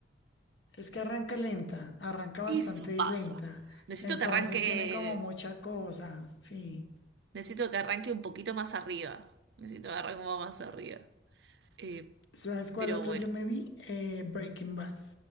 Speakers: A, on the left; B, on the right.
A: Es que arranca lenta, arranca bastante
B: Eso pasa.
A: lenta.
B: Necesito
A: Entonces
B: que arranque,
A: tiene como mucha cosa, sí.
B: necesito que arranque un poquito más arriba. Necesito que arranque un poco más arriba. Eh,
A: ¿Sabes cuál
B: pero
A: otra
B: bueno.
A: yo me vi? Eh, Breaking Bad.